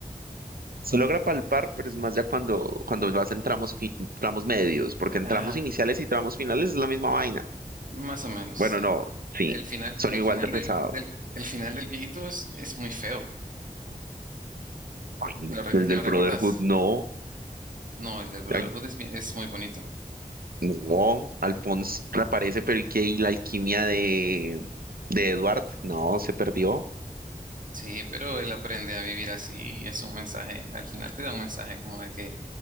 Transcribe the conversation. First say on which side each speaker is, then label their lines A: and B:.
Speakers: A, on the right; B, on the right.
A: Se logra palpar, pero es más ya cuando, cuando vas en tramos, fi- tramos medios, porque en
B: Ajá,
A: tramos iniciales y tramos finales es la misma vaina.
B: más o menos,
A: Bueno,
B: sí.
A: no, sí,
B: El final,
A: son
B: el
A: igual
B: final
A: de pesados.
B: del, del, el final del viejito es, es muy feo.
A: Ay,
B: ¿Lo, re-
A: el del
B: lo
A: Brotherhood,
B: recordás?
A: no.
B: No, el del Brotherhood
A: Ay,
B: es, bien- es muy bonito.
A: no, Alphonse reaparece, pero ¿y qué? ¿Y la alquimia de, de Edward? No, se perdió,
B: Sí, pero él aprende a vivir así y es un mensaje, al final te da un mensaje como de que